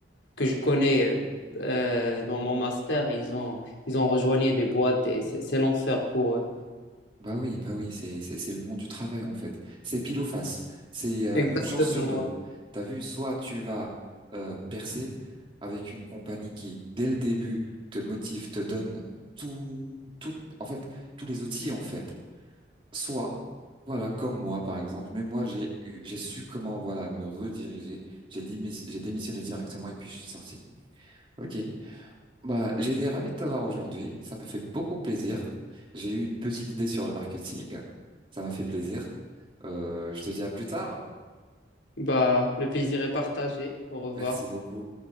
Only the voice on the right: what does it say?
Bah oui, bah oui, c'est c'est c'est le monde du travail en fait. C'est pile ou face. C'est euh,
une chance sur deux. T'as vu, soit tu vas euh, percer avec une compagnie qui, dès le début, te motive, te donne tout, tout, en fait, tous les outils en fait. Soit, voilà, comme moi par exemple. Mais moi, j'ai eu, j'ai su comment voilà me rediriger. J'ai démis- j'ai démissionné directement et puis je suis sorti. Ok. Bah, j'ai été ravi de t'avoir aujourd'hui. Ça m'a fait beaucoup plaisir. J'ai eu une petite idée sur le marketing. Ça m'a fait plaisir. Euh, je te dis à plus tard.
Merci beaucoup.